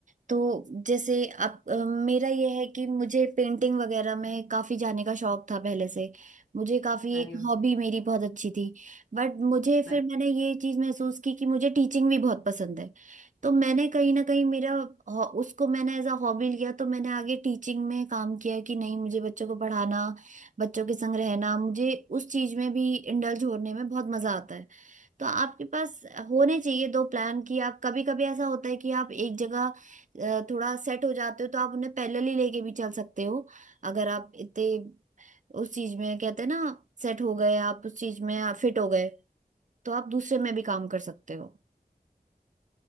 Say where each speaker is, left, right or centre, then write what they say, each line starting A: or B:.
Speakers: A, on the right; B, on the left.
A: तो जैसे अब अ, मेरा ये है कि मुझे पेंटिंग वगैरह में काफी जाने का शौक था पहले से मुझे काफी
B: अरे
A: एक
B: वाह,
A: हॉबी मेरी बहुत अच्छी थी बट मुझे
B: बट
A: फिर मैंने ये चीज महसूस की कि मुझे टीचिंग भी बहुत पसंद है तो मैंने कहीं ना कहीं मेरा हॉ- उसको मैंने एज अ हॉबी लिया तो मैंने आगे टीचिंग में काम किया कि नहीं मुझे बच्चों को पढ़ाना बच्चों के संग रहना मुझे उस चीज में भी इंडल्ज होने में बहुत मजा आता है तो आपके पास होने चाहिए दो प्लान कि आप कभी कभी ऐसा होता है कि आप एक जगह अ, थोड़ा सेट हो जाते हो तो आप उन्हें पैरेलल ही लेके भी चल सकते हो अगर आप इतने उस चीज में कहते हैं ना सेट हो गए आप उस चीज में फिट हो गए तो आप दूसरे में भी काम कर सकते हो